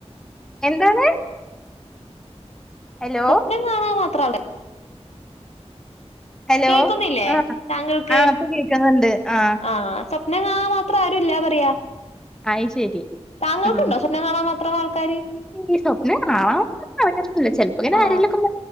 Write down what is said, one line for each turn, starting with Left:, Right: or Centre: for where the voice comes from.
Centre: എന്താണ്? ഹലോ
Left: സ്വപ്നം കാണാൻ മാത്രല്ല
Centre: ഹലോ
Left: കേൾക്കുന്നില്ലേ
Centre: ആഹ്
Left: താങ്കൾക്ക്
Centre: ആഹ് ഇപ്പൊ കേക്കുന്നുണ്ട് ആഹ്
Left: ആഹ സത്യ എന്നഞങ്ങ ആ മാത്രം ആരുല്ല പറയാ
Centre: അയ് ശരി
Left: താങ്കൾക്കുണ്ടോ
Centre: ഉം
Left: സ്വണ്ണംം കാണാൻ മാത്രം ആൾക്കാര്
Centre: ഈ സ്വപ്നം ആന്ന ചെപ്പോ ഇങ്ങനെ
Left: ആ
Centre: ആരെക്കോ